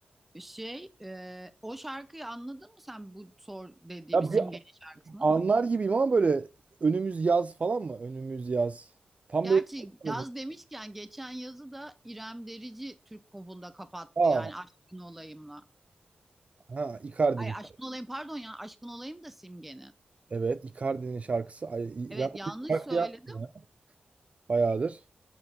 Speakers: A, in the centre; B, on the right.
A: Şey, e, o şarkıyı anladın mı sen bu sor dediğimiz
B: Ya
A: Simge'nin
B: bir
A: şarkısını?
B: anlar gibiyim ama böyle önümüz yaz falan mı? Önümüz yaz. Tam
A: Gerçi
B: böyle <laughs>
A: yaz demişken geçen yazı da İrem Derici Türk popunda kapattı
B: Aa,
A: yani Aşkın Olayım'la.
B: ha, Icardi'nin.
A: Ay Aşkın Olayım pardon ya Aşkın Olayım da Simge'nin.
B: Evet, Icardi'nin şarkısı. Ay,
A: Evet
B: İrem
A: yanlış
B: şarkı
A: söyledim.
B: yapmıyor ya. bayağıdır.